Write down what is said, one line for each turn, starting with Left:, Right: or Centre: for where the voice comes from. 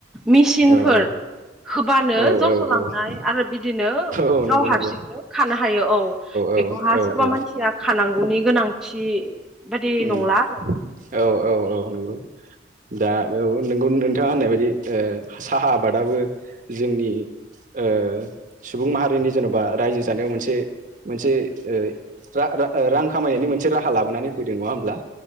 Centre: मेसिनफोर
Right: औ औ
Centre: होबानो
Right: औ
Centre: जस'
Right: औ
Centre: लांनाय आरो बिदिनो
Right: औ
Centre: गाव
Right: नंगौ
Centre: हारसिंनो
Right: नंगौ
Centre: खानो हायो औ
Right: औ
Centre: बेखौहा
Right: औ
Centre: सोरबा
Right: औ
Centre: मानसिया खानांगौनि गोनांथि बादि
Right: उम
Centre: नंला आरो
Right: औ औ औ नंगौ दा बे नोंगौ नोंथाङा होननाय बायदि ओ साहा आबादाबो जोंनि ओ सुबुं माहारिनि जेन'बा रायजो जानायाव मोनसे मोनसे ओ रां खामायनायनि मोनसे राहा लाबोनानै फैदों नङा होमब्ला